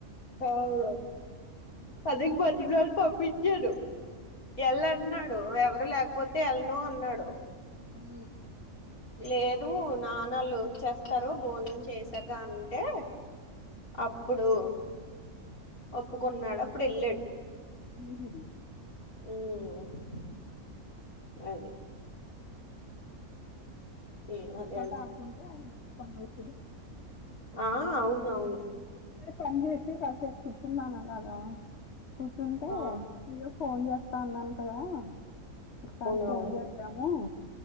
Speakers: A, on the left; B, on the left.
A: హవ్వు పది క్ బతిమ్ లాడి పంప్పించాను ఎళ్ళన్ట్న్నాడు ఎవరు లేక్ పోతే ఎల్నో హాన్నాడు
B: ఈ
A: లేదు నానాళ్ళు లేట్ చేస్తారు భోజనం చేసాక అంటే అప్పుడు ఒప్పుకున్నాడు అప్పుడు వెళ్లేది
B: మ్ హా
A: మ్ హా మ్ నేను అదే
B: స్ట
A: అను
B: అడగుంటు మూక <unintelligible> వేసేది
A: ఆ అవునవును
B: పని చేసి కాపేపు కుర్చున్నానులాగా కూర్చుంటే
A: ఆ
B: ఇగ ఫోన్ చేస్తా అన్నాను కదా ఒకసారి
A: అవునవును
B: ఫోన్ చేస్త తము